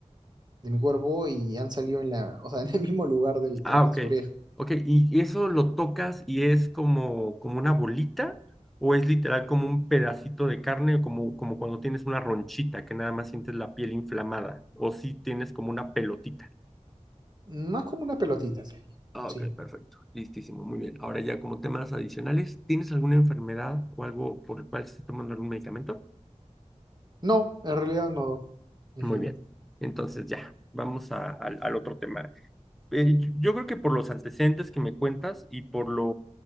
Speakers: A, on the right (about 35°); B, in the centre.
A: de mi cuerpo y han salido en la, o sea, <laughs> en el mismo lugar del- de,
B: Ah,
A: las
B: ok,
A: orejas.
B: ok, ¿y eso lo tocas y es como, como una bolita o es literal como un pedacito de carne o como, como cuando tienes una ronchita que nada más sientes la piel inflamada o si tienes como una pelotita?
A: Más como una pelotita sería,
B: Ah,
A: sí.
B: ok, perfecto. Listísimo, muy bien. Ahora ya como temas adicionales, ¿tienes alguna enfermedad o algo por el cual estás tomando algún medicamento?
A: No, en realidad no, doc. Ujú.
B: Muy bien. Entonces ya, vamos a- al al otro tema. Eh, yo creo que por los antecedentes que me cuentas y por lo,